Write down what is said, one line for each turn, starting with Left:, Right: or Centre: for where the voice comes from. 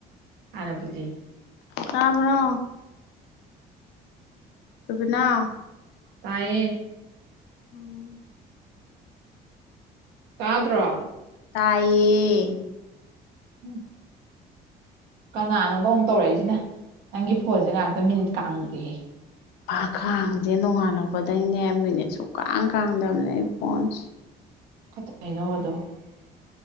Right: ꯍꯥꯅꯕꯨꯗꯤ
Left: ꯇꯥꯕ꯭ꯔꯣ <unintelligible>
Right: ꯇꯥꯌꯦ
Left: ꯎꯝ
Right: ꯇꯥꯗ꯭ꯔꯣ?
Left: ꯇꯥꯌꯦ
Right: ꯎꯝ ꯀꯅꯥꯅꯣꯕ ꯑꯃꯨꯛ ꯇꯧꯔꯛꯏꯁꯤꯅ ꯅꯪꯒꯤ ꯐꯣꯟꯁꯦ ꯉꯥꯍꯥꯛꯇ ꯃꯤꯅꯤꯠ ꯀꯥꯡꯗꯦꯍꯦ꯫
Left: ꯄ ꯈꯥꯡꯗꯦ ꯅꯣꯡꯉꯥꯜꯂꯛꯄꯗꯩꯅꯦ ꯃꯤꯅꯤꯠ ꯁꯨꯀꯥꯡ ꯀꯥꯡꯗꯕꯅꯦ ꯑꯩ ꯐꯣꯟꯁꯦ꯫
Right: <unintelligible>